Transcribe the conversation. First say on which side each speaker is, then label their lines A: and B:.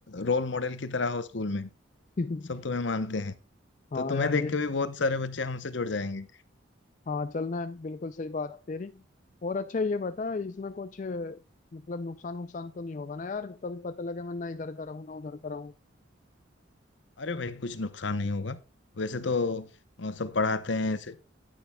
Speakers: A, on the left; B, on the left.
A: रोल मॉडल की तरह हो स्कूल में
B: <laughs>
A: सब तुम्हें मानते हैं
B: हाँ
A: तो तुम्हें
B: यार
A: देख
B: ये
A: के भी बहुत सारे बच्चे हमसे जुड़ जाएंगे
B: हाँ चलना है बिल्कुल सही बात है तेरी और अच्छा ये बता इसमें कुछ मतलब नुकसान वुकसान तो नहीं होगा ना यार कभी पता लगे मैं ना इधर का रहूँ ना उधर का रहूँ
A: अरे भाई कुछ नुकसान नहीं होगा वैसे तो अ, सब पढ़ाते हैं ऐसे